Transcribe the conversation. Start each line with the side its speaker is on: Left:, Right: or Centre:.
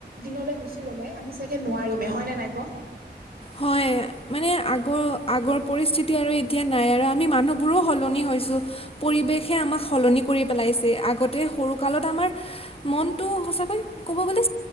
Right: দিনলৈ গুচি গ'লে আমি চাগে নোৱাৰিমে হয় নে নাই ক?
Left: হয়, মানে আগৰ আগৰ পৰিস্থিতি আৰু এতিয়া নাই আৰু আমি মানুহবোৰো সলনি হৈছো পৰিৱেশে আমাক সলনি কৰি পেলাইছে আগত এ সৰু কালত আমাৰ মনটো সঁচাকৈ ক'বলৈ গলে